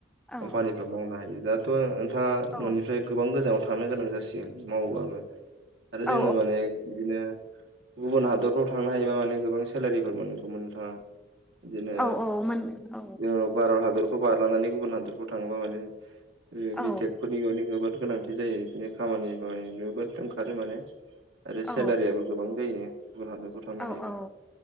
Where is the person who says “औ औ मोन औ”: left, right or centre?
Centre